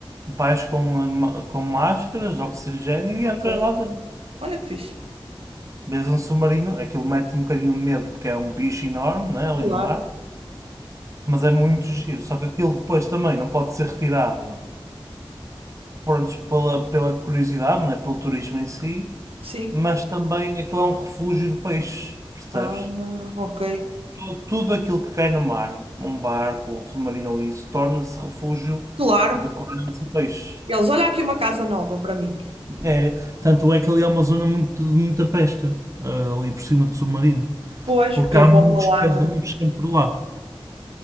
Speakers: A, on the right; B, on the right.
A: vais com, a ma- com máscaras de oxigênio e
B: Ok.
A: entras lá dentro.
B: Olha que fixe.
A: Vês um submarino, aquilo mete um bocadinho de medo, porque é um bicho enorme, né, ali
B: Claro.
A: no mar, mas é muito giro. Só que aquilo depois também não pode ser retirado pronto, pela, pela curiosidade, não é? pelo turismo em si,
B: Sim.
A: mas também aquilo é um refúgio de peixes, percebes?
B: Ah, ok.
A: Tu- Tudo aquilo que cai no mar, um barco, um submarino ou isso, torna-se refúgio
B: Claro.
A: de corais e peixes.
B: Eles, olha aqui uma casa nova para mim.
A: É, tanto é que ali é uma zona muito, de muita pesca, ah, ali por cima do submarino,
B: Pois,
A: porque
B: porque eles
A: há muitos
B: vão para lá,
A: cardumes
B: não é?
A: sempre por lá.